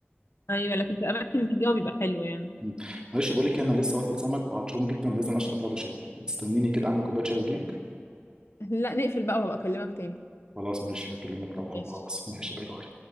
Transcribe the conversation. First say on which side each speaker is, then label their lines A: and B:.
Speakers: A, on the left; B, on the right.
A: ايوه لكن في الاماكن دي الجو بيبقى حلو يعني
B: مم. معلش بقول لك إيه، انا لسه واكل سمك فعطشان جدا لازم اشرب بعده شاي تستنيني كده اعمل كوبايه شاي واجيلك
A: لا نقفل بقى وهبقى اكلمك تاني
B: خلاص ماشي هكلمك طبعا
A: ماشي
B: خلاص ماشي باي باي